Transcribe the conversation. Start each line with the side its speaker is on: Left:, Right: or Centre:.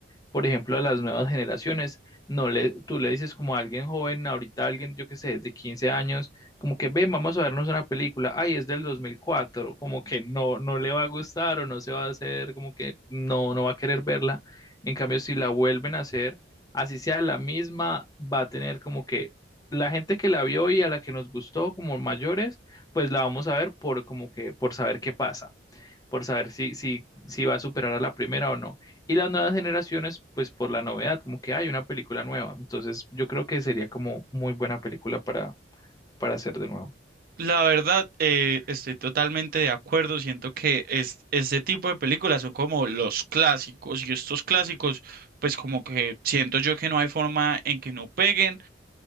Left: por ejemplo, a las nuevas generaciones. No le, tú le dices como a alguien joven, ahorita alguien, yo qué sé, de 15 años, como que ven, vamos a vernos una película, ay, es del dos mil cuatro como que no, no le va a gustar o no se va a hacer, como que no, no va a querer verla. En cambio, si la vuelven a hacer, así sea la misma, va a tener como que la gente que la vio y a la que nos gustó como mayores, pues la vamos a ver por como que por saber qué pasa por saber si, si, si va a superar a la primera o no. Y las nuevas generaciones, pues por la novedad, como que hay una película nueva. Entonces, yo creo que sería como muy buena película para, para hacer de nuevo.
Right: La verdad, eh, estoy totalmente de acuerdo, siento que es, este tipo de películas son como los clásicos y estos clásicos, pues como que siento yo que no hay forma en que no peguen.